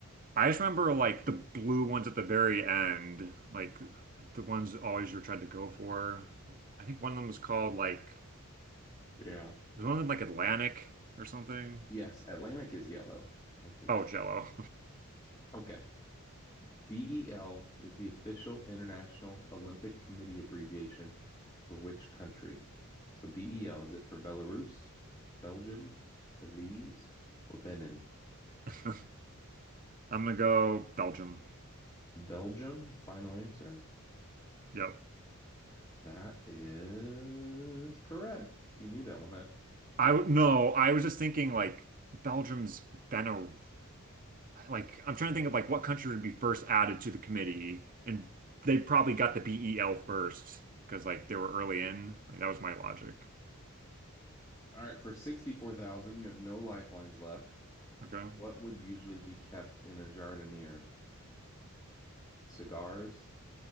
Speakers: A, on the right; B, on the left.
A: I just remember like the blue ones at the very end, like the ones always you're trying to go for. I think one of them was called like
B: Yeah.
A: was one of them like Atlantic or something.
B: Yes, Atlantic is yellow, I think.
A: Oh, Jello.
B: Okay. BEL is the official International Olympic Committee abbreviation for which country? So BEL, is it for Belarus, Belgium, Belize, or Benin?
A: <laughs> I'm gonna go Belgium.
B: Belgium, final answer.
A: Yep.
B: That is correct. You knew that one, huh?
A: I w- no, I was just thinking like Belgium's been a. like I'm trying to think of like what country would be first added to the committee, and they probably got the BEL first because like they were early in. Like that was my logic.
B: All right, for 64,000, you have no lifelines left.
A: Okay.
B: What would usually be kept in a jardiniere? Cigars,